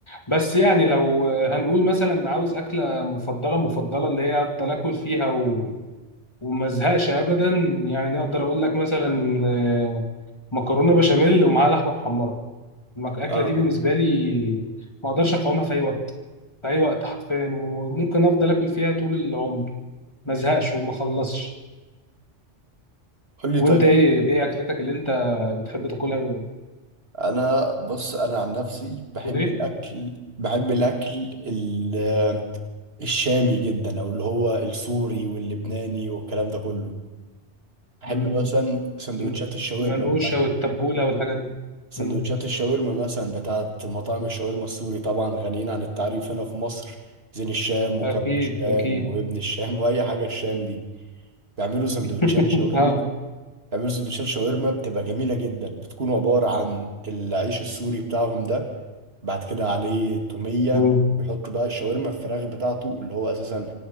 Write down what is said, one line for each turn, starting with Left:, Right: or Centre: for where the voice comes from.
Left: بس يعني لو هنقول مثلا عاوز اكله مفضله مفضله اللي هي افضل اكل فيها و... وما ازهقش ابدا يعني اقدر اقول لك مثلا آه، مكرونه بشاميل ومعاها لحمه محمره المك- الاكله
Right: اه
Left: دي بالنسبه لي ما اقدرش اقاومها في اي وقت في اي وقت حرفيا وممكن افضل اكل فيها طول العمر ما ازهقش وما اخلصش
Right: قول لي
Left: وانت
Right: طيب
Left: ايه ايه اكلتك اللي انت بتحب تاكلها
Right: انا بص انا عن نفسي بحب
Left: بتقول ايه
Right: الاكل بحب الاكل ال- الشامي جدا او اللي هو السوري واللبناني والكلام ده كله بحب
Left: مم.
Right: مثلا سندوتشات
Left: مم.
Right: الشاورما
Left: منقوشه
Right: بتاعت
Left: والتبوله والحاجات دي
Right: سندوتشات
Left: مم.
Right: الشاورما مثلا بتاعت مطاعم الشاورما السوري طبعا غنيين عن التعريف هنا في مصر زين الشام وكرم
Left: اكيد
Right: الشام
Left: اكيد
Right: وابن الشام <laughs> واي حاجه الشام دي بيعملوا سندوتشات
Left: <laughs>
Right: شاورما
Left: اه
Right: بيعملوا سندوتشات شاورما بتبقى جميلة جدا بتكون عبارة عن العيش السوري بتاعهم ده بعد كده عليه تومية
Left: مم.
Right: بيحط بقى الشاورما الفراخ بتاعته اللي هو أساسا